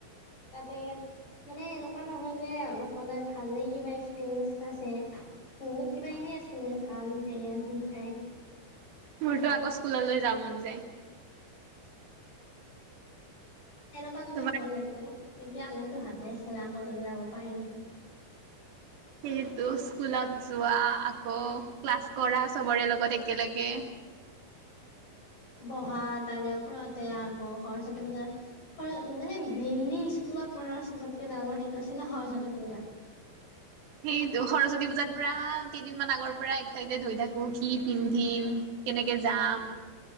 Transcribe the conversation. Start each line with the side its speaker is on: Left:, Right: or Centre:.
Left: তাতে মানে এনেকুৱা নহয় যে সদায় ভাল ভালেই কিবা এক্সপিৰিয়েঞ্চ আছে বহুত কিবা -কিবি আছিলে ভাল সেয়া দুঠাই
Right: মোৰতো আকৌ স্কুললৈ যাব মন যায়।
Left: এনেকুৱা যদি
Right: তোমাৰ
Left: হ'লহেতেন তেতিয়া হলেনো ভালে আ। তে আকৌ যদি যাব পাৰি নহয়
Right: সেইেতটো স্কুলত যোৱা আকৌ ক্লাছ কৰা চবৰে লগত একেলগে <inaudible>
Left: বহা তাৰেউপৰতে সৰস্বতী পূজা মানে মেইনলি স্কুল। <unintelligible> ত পৰাৰ চবতকে ডাঙৰ সেইটো হৈছিলে সৰস্বতী পূজা
Right: উ সেইটো সৰস্বতী পূজাত পুৰা কেইদিনমান আগৰ পৰা এক্সাইটেড হৈ থাকো সি পিন্ধিম <unintelligible> কেনেকে যাম